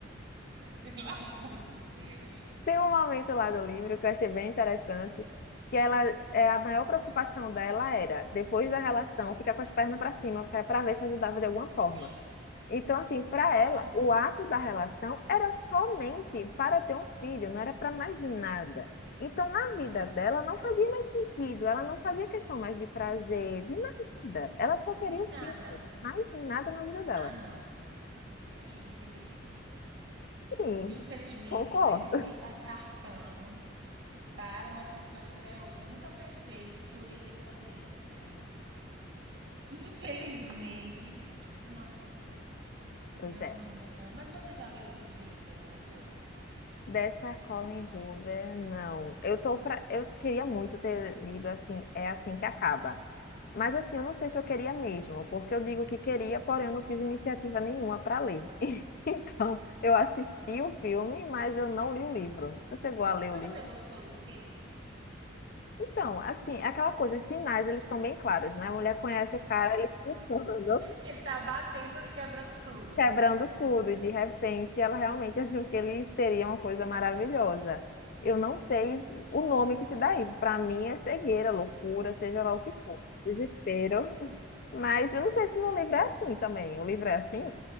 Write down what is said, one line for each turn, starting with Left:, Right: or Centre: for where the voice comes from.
Right: Pelo amor de Deus.
Left: Tem um momento lá do livro que eu achei bem interessante, que ela, é, a maior preocupação dela era, depois da relação, ficar com as pernas para cima, para ver se ajudava de alguma forma.
Right: Sim,
Left: Então, assim, para ela,
Right: gente,
Left: o ato da relação era somente para ter um filho, não era para mais nada. Então, na vida dela, não fazia mais sentido, ela não fazia questão mais de prazer, de nada. Ela só queria
Right: de
Left: um
Right: nada.
Left: filho, mais nada na vida dela.
Right: Ah, não. Eu achei muito egoísmo.
Left: Sim,
Right: Infelizmente,
Left: concordo.
Right: precisei passar pano para uma pessoa que traiu a outra. Nunca pensei que eu ia ter que fazer isso, mas eu fiz. Infelizmente, f- não,
Left: Pois
Right: Não,
Left: é.
Right: não, não, não. Mas você já leu outros livros dessa autora?
Left: Dessa Colin Hoover, não. Eu tô pra... eu queria muito ter lido assim, é assim que acaba. Mas assim, eu não sei se eu queria mesmo, porque eu digo que queria, porém eu não fiz iniciativa nenhuma para ler. <laughs> Então, eu assisti o filme, mas eu não li o livro. Tu chegou a ler
Right: Mas
Left: o livro?
Right: você gostou do filme?
Left: Então, assim, é aquela coisa, os sinais, eles estão bem claros, né? A mulher conhece o cara, ele <laughs>
Right: Ele tá batendo e quebrando tudo.
Left: quebrando tudo, e de repente ela realmente achou que ele seria uma coisa maravilhosa. Eu não sei o nome que se dá isso. Para mim é cegueira, loucura, seja lá o que for, desespero. Mas eu não sei se no livro é assim também. O livro é assim?